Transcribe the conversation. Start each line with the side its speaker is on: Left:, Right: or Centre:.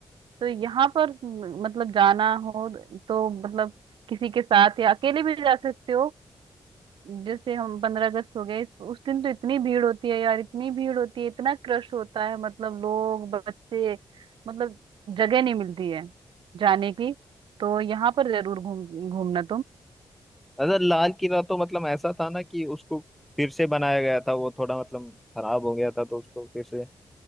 Right: तो यहाँ पर म, मतलब जाना हो तो मतलब किसी के साथ या अकेले भी जा सकते हो जैसे हम पंद्रह अगस्त हो गए इस- उस दिन तो इतनी भीड़ होती है यार इतनी भीड़ होती है इतना क्रश होता है मतलब लोग बच्चे मतलब जगह नहीं मिलती है जाने की तो यहाँ पर जरूर घूम घूमना
Centre: अगर लाल किला तो मतलब ऐसा था ना कि उसको फिर से बनाया गया था वो थोड़ा मतलब खराब हो गया था तो उसको फिर से